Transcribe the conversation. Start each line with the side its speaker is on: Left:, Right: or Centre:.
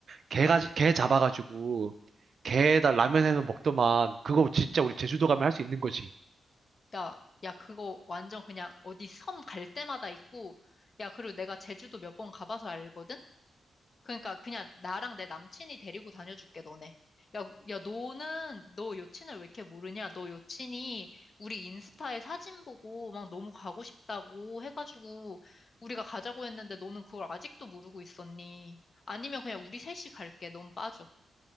Right: 개가, 개 잡아가지고, 개에다 라면 해서 먹더만, 그거 진짜 우리 제주도 가면 할 수 있는 거지.
Left: 야, 야, 그거 완전 그냥 어디 섬 갈 때마다 있고, 야, 그리고 내가 제주도 몇 번 가봐서 알거든? 그러니까 그냥 나랑 내 남친이 데리고 다녀줄게, 너네. 야, 야, 너는 너 여친을 왜 이렇게 모르냐? 너 여친이 우리 인스타에 사진 보고 막 너무 가고 싶다고 해가지고 우리가 가자고 했는데 너는 그걸 아직도 모르고 있었니? 아니면 그냥 우리 셋이 갈게. 넌 빠져.